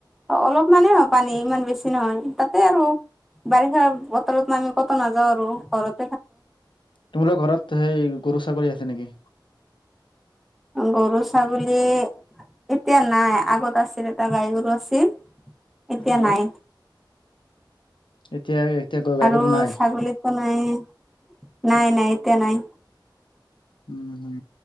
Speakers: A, in the centre; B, on the left (about 80°).
A: অ অলপমানানে হয় পানী ইমান বেছি নহয় তাতে আৰু বাৰিষা বতৰত আমি ক'ত নাযাওঁ আৰু ঘৰত
B: তোমালোক ঘৰত সেই গৰু ছাগলী আছে নেকি
A: গৰু ছাগলী এতিয়া নাই আগত আছিল এটা গাই গৰু আছিল এতিয়া
B: আৰু?
A: নাই
B: এতিয়া এতিয়া গ- গাই
A: আৰু
B: গৰু নাই?
A: ছাগলীতো নাই নাই নাই এতিয়া নাই
B: উম